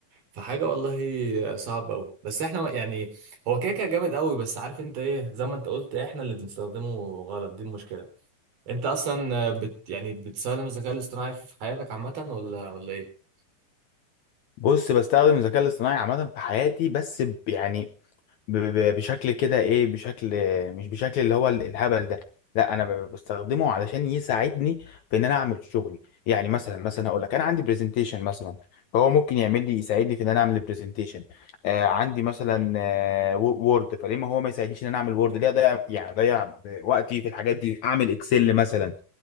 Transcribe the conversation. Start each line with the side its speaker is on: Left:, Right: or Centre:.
Right: فحاجة والله صعبة أوي بس احنا يعني هو كده كده جامد أوي بس عارف انت ايه زي ما انت قلت احنا اللي بنستخدمه غلط دي المشكلة انت اصلا بت يعني بتستخدم الذكاء الاصطناعي في حياتك عامة ولا ولا ايه؟
Left: بص بستخدم الذكاء الاصطناعي عامة في حياتي بس ب- يعني ب- ب- بشكل كده ايه بشكل مش بشكل اللي هو ال- الهبل ده لا انا ب- بستخدمه علشان يساعدني في ان انا اعمل شغلي يعني مثلا مثلا اقول لك انا عندي برزنتيشن مثلا فهو ممكن يعمل لي يساعدني في ان انا اعمل البرزنتيشن آه عندي مثلا آه وورد فليه ما هو ما يساعدنيش ان انا اعمل وورد ليه اضيع يعني اضيع وقتي في الحاجات دي اعمل اكسل مثلا